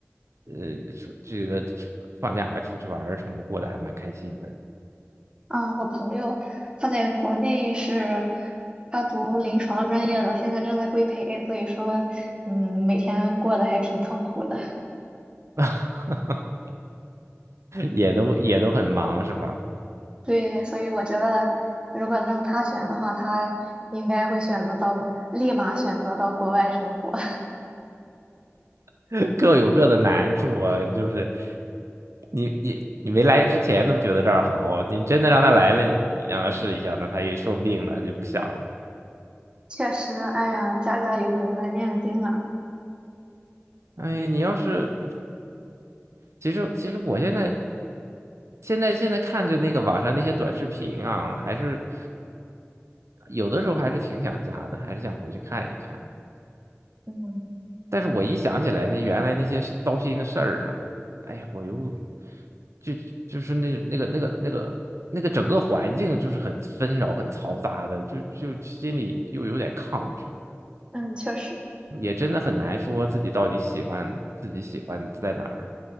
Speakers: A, on the right (about 80°); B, on the right (about 20°).
A: 呃，出这个放假出去玩儿什么的，过得还蛮开心的，
B: 啊，我朋友他在国内是，他读临床专业的，现在正在规培，所以说，嗯，每天过得还挺痛苦的。
A: <laughs> 也都也都很忙是吗？
B: 对，所以我觉得，如果让他选的话，他应该会选择到，立马选择到国外生活。<laughs>
A: <laughs> 各有各的难处啊，就是你你你没来之前都觉得这儿好，你真的让他来了，你让他试一下，那他也说不定呢，他就不想了。
B: 确实，哎呀，家家有本难念的经啊。
A: 哎，你要是其实其实我现在现在现在看着那个网上那些短视频啊，还是有的时候还是挺想家的，还是想回去看一看。
B: 嗯
A: 但是我一想起来那原来那些糟心的事儿啊，哎呀，我又就就是那那个那个那个那个整个环境就是很纷扰、很嘈杂的，就就心里又有点抗拒，
B: 嗯，确实，
A: 也真的很难说自己到底喜欢自己喜欢在哪儿，